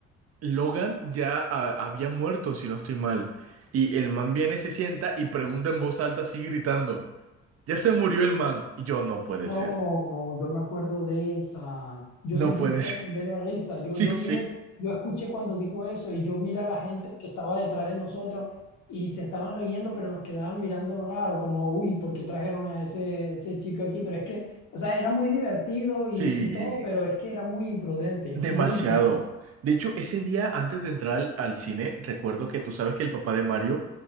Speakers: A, on the right; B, on the left.
A: Logan ya ah, había muerto, si no estoy mal. Y el man viene, se sienta y pregunta en voz alta, así gritando, ya se murió el man. Y yo, no puede
B: No,
A: ser,
B: no, yo me acuerdo de esa. Yo
A: no
B: sentí
A: puede
B: pena
A: ser. <laughs>
B: en vez de risa. Yo,
A: Sí,
B: yo
A: sí,
B: vi, el- yo escuché cuando dijo eso y yo mira a la gente que estaba detrás de nosotros y se estaban riendo, pero nos quedaban mirando raro, como, uy, ¿por qué trajeron a ese, ese chico aquí? Pero es que, o sea, era muy divertido
A: sí,
B: y, y todo, pero es que era muy imprudente,
A: demasiado.
B: muy imprudente.
A: De hecho, ese día antes de entrar al, al cine, recuerdo que tú sabes que el papá de Mario